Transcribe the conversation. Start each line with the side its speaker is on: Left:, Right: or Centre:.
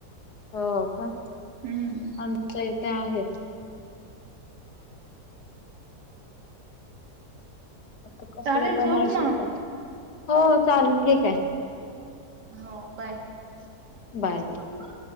Left: हो का?
Right: हम्म
Left: <inaudible> आमच्या इथे आहेत. आता कपडे
Right: चालेल
Left: पण
Right: झोप
Left: नाही शिकत.
Right: मग
Left: हो चालेल ठीक आहे.
Right: हो बाय <inaudible>
Left: बाय.
Right: मम्मा